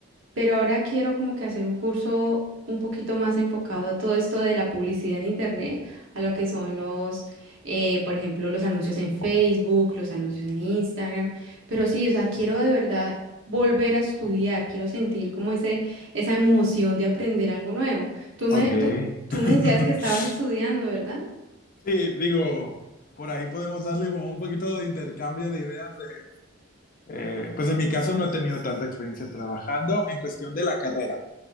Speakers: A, on the right (about 65°); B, on the left (about 40°).
A: pero ahora quiero como que hacer un curso un poquito más enfocado a todo esto de la publicidad en internet, a lo que son los, eh, por ejemplo, los anuncios en Facebook, los anuncios en Instagram, pero sí, o sea, quiero de verdad volver a estudiar, quiero sentir como ese, esa emoción de aprender algo nuevo. Tú me,
B: Ok.
A: tú, tú
B: <laughs>
A: me decías que estabas estudiando, ¿verdad?
B: Sí, digo, por ahí podemos darle como un poquito de intercambio de ideas de, eh, pues en mi caso no he tenido tanta experiencia trabajando en cuestión de la carrera.